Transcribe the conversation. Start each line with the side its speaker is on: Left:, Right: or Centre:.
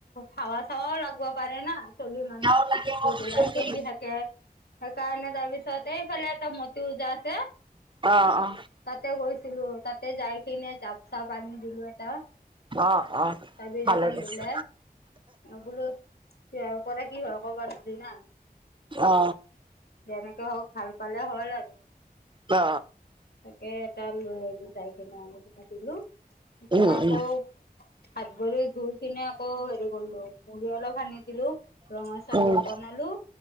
Left: হাৱা চাৱাও লাগব পাৰে না চলি মানুহ
Right: বেয়াও লাগে মনটো
Left: গধূলাই
Right: বেয়াও
Left: খেলি
Right: লাগে মনটো
Left: থাকে সেইকাৰণে তাবিছতে এইফাল এটা মট ওজা আছে
Right: অ অ
Left: তাতে গৈছিলো তাতে যাই কিনে জাপ চাপ আনি দিলো এটা
Right: অ', অ',
Left: তাবিজ
Right: ভালে
Left: এখন
Right: গৈছে।
Left: দিলে বোলো তহাৰ পৰা কি হয় কবা ধৰি না
Right: অ
Left: যেনেকে হওক ভাল পালে হল আৰু
Right: অ
Left: তাকে এটা লৈ আহিলো যাই কিনে দিলো দিলো এতিয়া
Right: উম,
Left: আকৌ
Right: উম,
Left: হাত ভৰি ধুই কিনে আকৌ হেৰি কৰিলো মুৰি অলপ সানি দিলো ৰঙচাও
Right: উম,
Left: অলপ বনালো